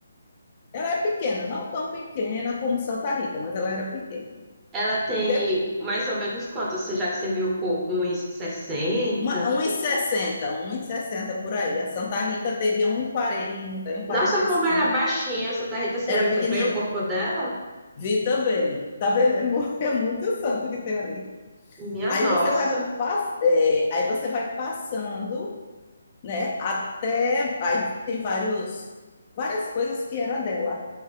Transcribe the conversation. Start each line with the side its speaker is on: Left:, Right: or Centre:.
Left: Ela é pequena, não tão pequena como Santa Rita, mas ela era pequena.
Right: Ela tem
Left: E de,
Right: mais ou menos quanto? Você já que você viu o corpo? uns sessenta?
Left: uma, 1,60, sessenta um e sessenta por aí. A Santa Rita teria um 1,40, 1,45.
Right: Nossa, como era baixinha. A Santa Rita, você
Left: Era
Right: viu
Left: pequenina.
Right: também o corpo dela?
Left: Vi também. Tá vendo? É, mu- <laughs> é muito santo que tem ali.
Right: Minha
Left: Aí
Right: nossa.
Left: você vai, pass- é, aí você vai passando, né? Até. Aí tem vários, várias coisas que era dela.